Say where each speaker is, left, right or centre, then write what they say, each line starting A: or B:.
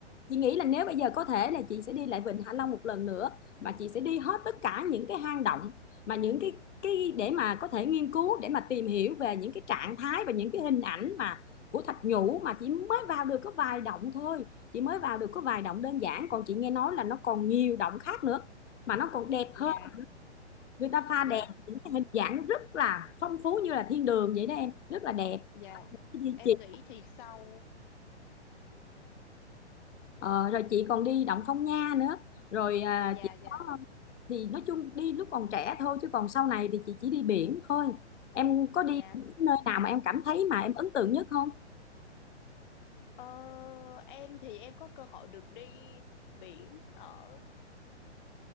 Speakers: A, on the left; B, on the left.
A: chị nghĩ là nếu bây giờ có thể là chị sẽ đi lại Vịnh Hạ Long một lần nữa và chị sẽ đi hết tất cả những cái hang động mà những cái cái để mà có thể nghiên cứu để mà tìm hiểu về những cái trạng thái và những cái hình ảnh mà của thạch nhũ mà chỉ mới vào được có vài động thôi chị mới vào được có vài động đơn giản còn chị nghe nói là nó còn nhiều động khác nữa mà nó còn đẹp hơn
B: dạ
A: người ta pha
B: dạ
A: đèn những cái hình dạng rất là phong phú như là thiên đường vậy đó em rất là đẹp
B: dạ
A: chị
B: em nghĩ thì sau
A: Ờ, rồi chị còn đi Động Phong Nha nữa rồi à,
B: dạ
A: chị
B: dạ
A: có thì nói chung đi lúc còn trẻ thôi chứ còn sau này thì chị chỉ đi biển thôi em có đi
B: dạ
A: nơi nào mà em cảm thấy mà em ấn tượng nhất không
B: ờ, em thì em có cơ hội được đi biển ở